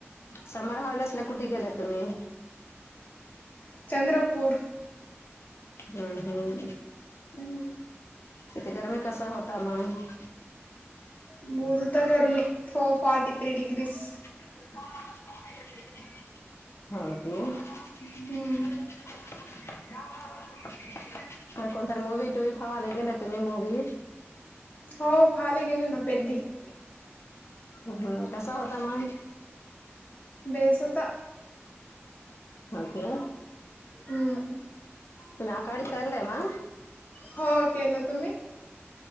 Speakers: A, on the left; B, on the left.
A: समर हॉलिडेजला कुठे गेले तुम्ही?
B: चंद्रपूर.
A: हम्म हम्म,
B: हम्म
A: तिथे गरमीे कसा होता मंग?
B: बहुत होता गर्मी फो फोर्टी-थ्री डिग्रिस.
A: <inaudible> हा तो <inaudible>
B: हम्म
A: कोणतरी मूवी टूवी फवाला गेले तुम्ही मूवी.
B: हों <inaudible>
A: हुं कसा होता माय? <inaudible>
B: बेस होता
A: हां के
B: हुं.
A: तु आकाडी करलं ना?
B: हो केलं तुम्ही?